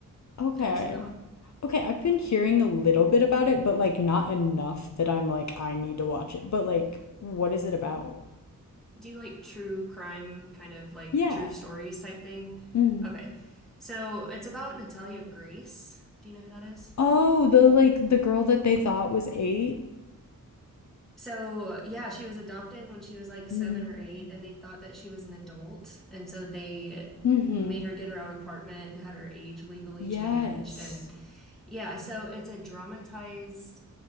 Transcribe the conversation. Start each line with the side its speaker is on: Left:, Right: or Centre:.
Left: Okay.
Centre: Have you seen that one?
Left: Okay, I've been hearing a little bit about it, but like not enough that I'm like I need to watch it. But like what is it about?
Centre: Do you like true crime, kind of like
Left: Yeah.
Centre: true stories type thing?
Left: hmm
Centre: Okay. So it's about Natalia Grace. Do you know who that is?
Left: Oh, the like the girl that they thought was eight.
Centre: So, yeah, she was adopted when she was like seven
Left: Mm-hmm.
Centre: or eight, and they thought that she was an adult. And so they
Left: Mm-hmm.
Centre: made her get her own apartment and had her age legally
Left: Yes.
Centre: changed. And yeah, so it's a dramatized